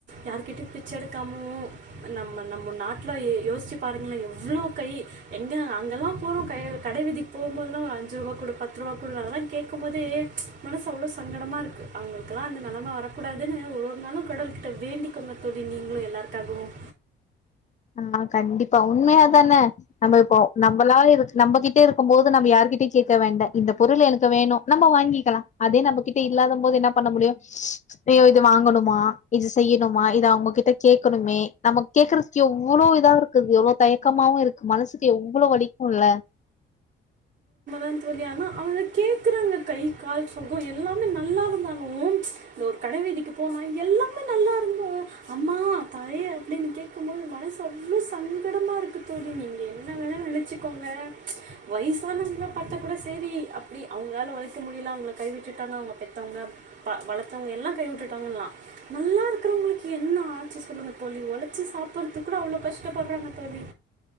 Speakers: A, on the right (about 65°); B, on the left (about 35°).
A: யாருகிட்டயும் பிச்ச எடு க்காமு நம்ம நம்ம நாட்ல யோசிச்சு பாருங்களேன் எவ்ளோ கை எங்க அங்கெல்லாம் போறோம் கை கடை வீதிக்கு போகும்போதெல்லாம் ஒரு அஞ்சு ரூபா குடு பத்து ரூபா குடு அதெல்லாம் கேட்கும் போதே மனசு அவ்ளோ சங்கடமா இருக்கு அவுங்களுக்கெல்லாம் அந்த நெலம வரக்கூடாதுன்னு ஒவ்வொரு நாளும் கடவுள் கிட்ட வேண்டிக்கோங்க தோழி நீங்களு எல்லாருக்காகவும்
B: ஆமா கண்டிப்பா உண்மையா தான நம்ப இப்போ நம்பளா இருக்க நம்பகிட்ட இருக்கும் போது நம்ப யாருகிட்டயு கேட்க வேண்டா இந்த பொருள் எனக்கு வேணு நம்ம வாங்கிக்கலா அதே நம்பகிட்ட இல்லாத போது என்ன பண்ண முடியு அய்யோ இது வாங்கணுமா? இது செய்யுணுமா? இத அவுங்ககிட்ட கேட்கணுமே? நமக் கேக்குற எவ்ளோ இதா இருக்குது எவ்ளோ தயக்கமாவுன் இருக்கு மனசுக்கு எவ்ளோ வலிக்கும் இல்ல
A: மா தோழி ஆனா அவுங்க கேக்குறாங்க கை கால் சொகம் எல்லாமே நல்லா இருந்தாலும் இந்த ஒரு கடவீதிக்குப் போனா எல்லாமே நல்லா இருந்தும் அம்மா தாயே அப்பிடின்னு கேக் க்கும்போது மனசு அவ்ளோ சங்கடமா இருக்கு தோழி நீங்க என்ன வேணா நெனச்சுக்கோங்க வயசானவங்க பாத்தா கூட சேரி அப்பிடி அவ்ங்ளால ஒழைக்க முடியல அவங்கள கைவிட்டுட்டாங்க அவங்க பெத்தவங்க ப வளத்தவங்க எல்லாம் கை விட்டுட்டாங்கன்லாம் நல்லா இருக்குறவங்களுக்கு என்ன ஆச்சி சொல்லுங்க தோழி ஒழச்சி சாப்பிட்றது கூட அவ்ளோ கஷ்டப்படுறாங்க தோழி